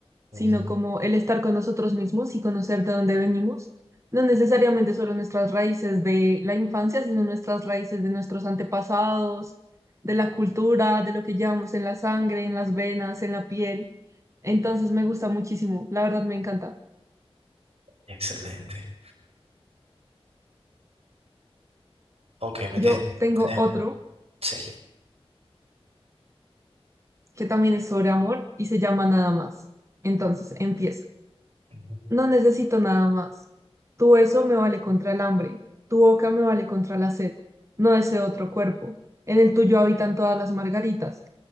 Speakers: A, on the right; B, on the right.
A: sino
B: Ujú.
A: como el estar con nosotros mismos y conocer de dónde venimos. No necesariamente solo nuestras raíces de la infancia, sino nuestras raíces de nuestros antepasados, de la cultura, de lo que llevamos en la sangre, en las venas, en la piel. Entonces me gusta muchísimo, la verdad me encanta.
B: Excelente. Ok, me
A: Yo
B: te-
A: tengo
B: tenés
A: otro
B: un... Sí.
A: que también es sobre amor y se llama Nada más. Entonces, empiezo.
B: Ujú.
A: No necesito nada más. Tu beso me vale contra el hambre, tu boca me vale contra la sed. No deseo otro cuerpo. En el tuyo habitan todas las margaritas.